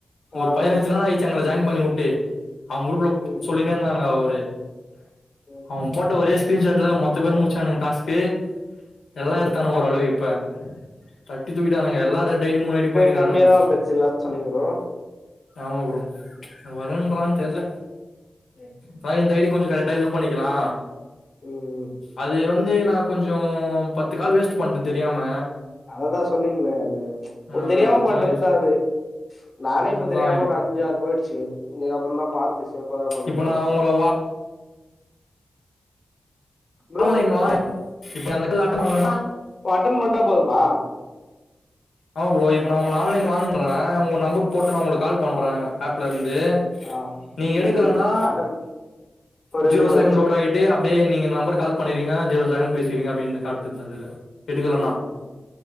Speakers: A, on the left; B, on the left.
A: ஒரு
B: ஆ
A: பதினஞ்சு நாள் ஆயிச்சு அங்க ஜாய்ன் பண்ணி உட்டு அவங்க குரூப்ல
B: ம்
A: சொல்லினே இருந்தாங்க ஒரு
B: ம்
A: அவ போட்ட ஒரே ஸ்கிரீன்ஷாட்ல மொத்த பேரு முச்சானுங்க டாஸ்க்கு எல்லா
B: ம்
A: எடுத்தாங்க
B: கண்டிப்
A: ஓரளவு இப்ப தட்டி தூக்கிட்டானுங்க எல்லா ரெண்டுஐடி மூணு ஐடி போயினுக்கிறானுங்க
B: கம்மியா தா‌ வந்துருச்சுலா சொன்னிங்க ப்ரோ
A: ஆமா ப்ரோ வரன்றா தெர்ல
B: உம்
A: ப இந்த ஐடி கொஞ்சோ கரெக்டா பண்ணிக்கலா
B: ம்
A: அது வந்து நா கொஞ்சோ பத்து கால் வேஸ்ட் பண்ட தெரியாம
B: அததா சொன்னிங்ளே அது உங்களுக்கு
A: ஆ
B: தெரியாம
A: அதா
B: பண்றத்தா
A: ரீஸ்
B: அது நானே இப்ப
A: அதா
B: தெரியாம ஒரு அஞ்சு ஆறு போயிடுச்சு இதுக் அப்புற தா பாத்து சேஃப்பா தா பண்ணுமா
A: இப்ப நா உங்கள வா
B: ப்ரோ
A: ஆன்லைன் வான
B: அது
A: இப்ப அந்தக்குள்ள ஆட்டம் பண்லான்னா
B: ஓ அட்டென் பண்டா போதுமா
A: ஆமா ப்ரோ இப்ப நா உங்க ஆன்லைன் வான்ற உங்க நம்பர் போட்டு நா உங்களுக்கு கால் பண்ற
B: ஆ
A: ஆப்ல இருந்து
B: ஆ
A: நீங்க
B: ம்
A: எடுக்கலனா
B: அட்டன் ஒரு
A: ஜீரோ
B: இது போயிடுச்சு
A: செகண்ட் லோட் ஆயிட்டு அப் அப்டே நீங்க இந்த நம்பர் கால் பண்ணறீங்க ஜீரோசெகண் பேசுறீங்க அப்டின்னு காட்டுது அதுல எடுக்கலனா
B: ம்